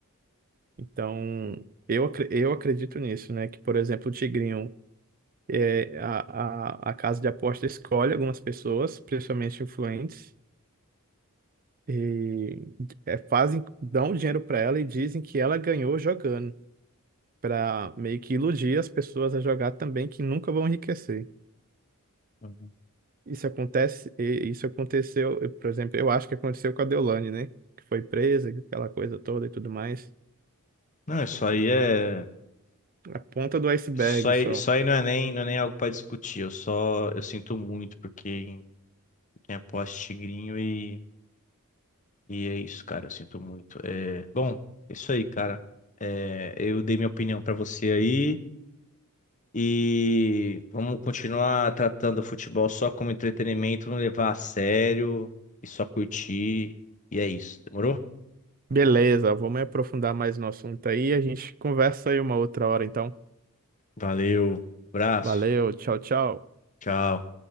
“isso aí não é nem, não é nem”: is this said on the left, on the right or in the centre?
Left